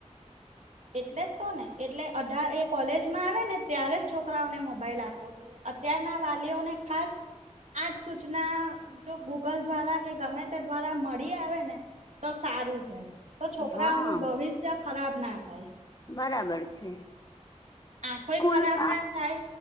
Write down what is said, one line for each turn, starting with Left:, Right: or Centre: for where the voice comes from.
Right: એટલે જ તો ને એટલે અઢા, એ કોલેજમાં આવે ને ત્યારે જ છોકરાઓને મોબાઈલ આપો જોઈએ. અત્યાર ના વાલીઓને ખાસ આજ સૂચના જો ગૂગલ દ્વારા કે ગમે તે દ્વારા મળી આવે ને તો સારું છે, તો છોકરાઓ
Left: હા
Right: નું ભવિષ્ય ખરાબ ના થાય.
Left: બરાબર છે.
Right: આંખોય
Left: સ્કૂલ
Right: ખરાબ
Left: આ
Right: ના થાય,